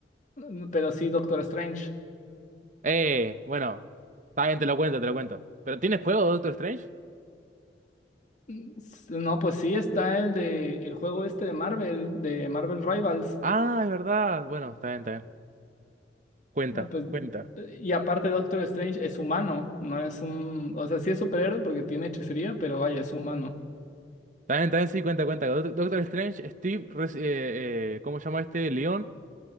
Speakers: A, on the left; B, on the right.
A: Mm, Pero sí, Doctor Strange.
B: Eh, bueno, está bien, te lo cuento, te lo cuento. ¿Pero tienes juego de Doctor Strange?
A: Mm, s- No, pues sí está el de el juego este de Marvel, de Marvel Rivals.
B: Ah, es verdad. Bueno, está bien, está bien. Cuenta,
A: No, pues,
B: cuenta.
A: eh, y aparte Doctor Strange es humano, no es un, o sea, sí es superhéroe porque tiene hechicería, pero vaya, es humano.
B: Está bien, está bien, sí, cuenta, cuenta. Doc- Doctor Strange, Steve, Res- eh, eh, ¿cómo se llama este? León.